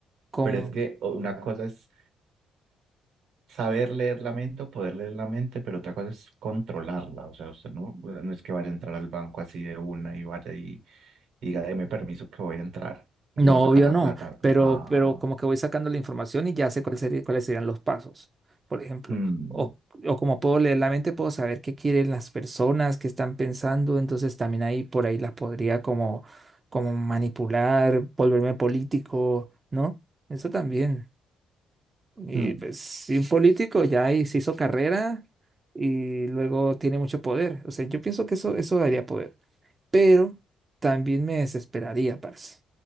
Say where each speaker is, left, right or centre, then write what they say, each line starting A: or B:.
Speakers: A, on the right; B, on the right.
A: Como,
B: Pero es que o- una cosa es saber leer la mente o poder leer la mente, pero otra cosa es controlarla. O sea, usted no, bueno, no es que vaya a entrar al banco así de una y vaya y, y diga, deme permiso que voy a entrar y
A: no,
B: voy a sacar
A: obvio
B: la
A: no,
B: plata.
A: pero,
B: No, ah,
A: pero como que voy sacando la información y ya sé cuál sería- cuáles serían los pasos, por ejemplo.
B: mm,
A: O, o como puedo leer la mente, puedo saber qué quieren las personas, qué están pensando, entonces también ahí por ahí las podría como, como manipular, volverme político, ¿no? Eso también. Y
B: mm,
A: pues si un político ya ahí se hizo carrera y luego tiene mucho poder. O sea, yo pienso que eso, eso daría poder. pero también me desesperaría, parce,